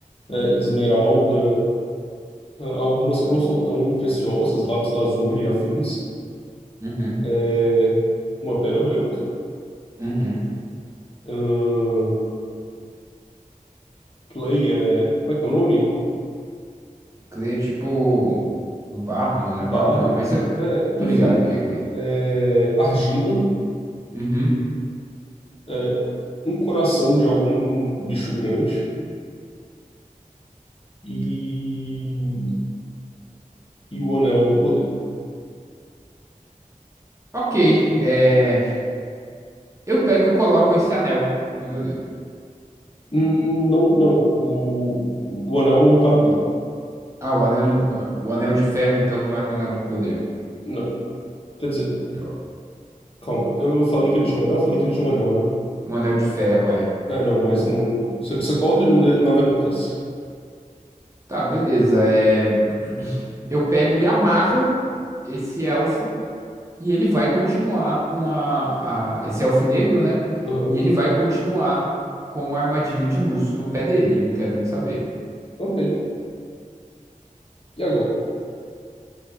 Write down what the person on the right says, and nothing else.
uhum.
Uhum.
Clay é tipo barro, não, não
é barro não, mas eu
tô ligado o que é clay.
Uhum.
Ok, é... eu pego e coloco esse anel no meu dedo.
Ah, o anel não, o anel de ferro então não era o anel do poder,
droga.
O anel de ferro é.
Tá, beleza. É... <clears throat> Eu pego e amarro esse elfo e ele vai continuar com a, a... esse elfo negro, né?
E ele vai continuar com a armadilha de urso no pé dele. Eu não quero nem saber.